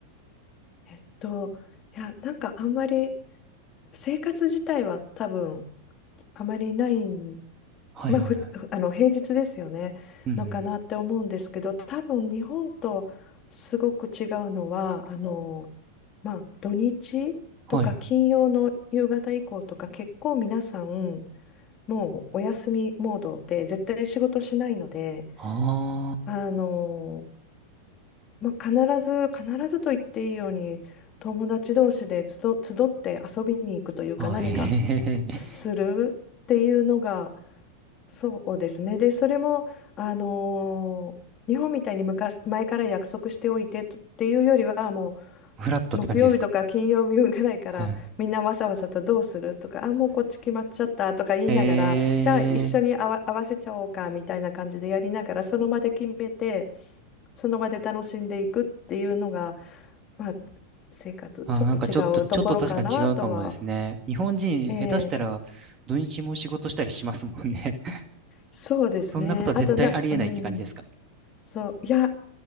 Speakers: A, on the left; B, on the right.
A: えっと、いや、なんかあんまり生活自体は多分あまりないん、
B: はいはいはい。
A: まあ、ふ、あの平日ですよね、
B: うんうん。
A: のかなって思うんですけど、多分日本とすごく違うのは、あの、まあ、土日とか金曜の夕方以降とか結構皆さん
B: はいはい。
A: もうお休みモードで絶対仕事しないので、
B: あ
A: あのまあ、必ず、必ずと言っていいように、友達同士で集、集って遊びに行くというか、
B: あ、
A: 何か
B: あ、へへへへ。
A: するっていうのが、そうですね。で、それも、あのー日本みたいに昔、前から約束しておいてとっていうよりは、も
B: フラットって感じですか
A: う、木曜日とか金曜日ぐらいから、
B: はい。
A: みんなわさわさとどうするとか、あ、もうこっち決まっちゃったとか言いながら、
B: <laughs> え
A: じゃあ一緒に合わ、合わせちゃおうかみたいな感じでやりながら、その場で決めて、その場で楽しんでいくっていうのが、まあ、生活、
B: あー、
A: ちょっと違うところかなとは。
B: なんかちょっと、ちょっと確かに違うかもですね。日本人、
A: ええ
B: 下手したら土日も仕事したりしますもんね。<laughs>
A: そうですね。
B: そんなことは絶対ありえないって感じですか
A: あとな、うん、そう、いや、